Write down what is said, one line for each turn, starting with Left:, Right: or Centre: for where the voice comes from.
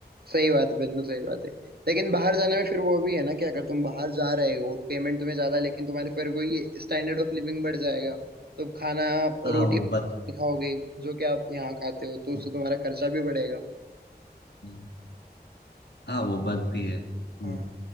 Right: सही बात है बिल्कुल सही बात है लेकिन बाहर जाने में फिर वो भी है ना कि अगर तुम बाहर जा रहे हो और पेमेंट तुम्हें ज्यादा है, लेकिन तुम्हारे फिर वो ये स्टैंडर्ड ऑफ लिविंग बढ़ जाएगा तो खाना
Left: हाँ
Right: रोटी
Left: वो
Right: नहीं
Left: बात तो है।
Right: खाओगे जो कि आप यहाँ खाते हो तो उससे
Left: हम्म,
Right: तुम्हारा खर्चा भी बढ़ेगा
Left: हम्म। हाँ वो बात भी है हम्म,
Right: हाँ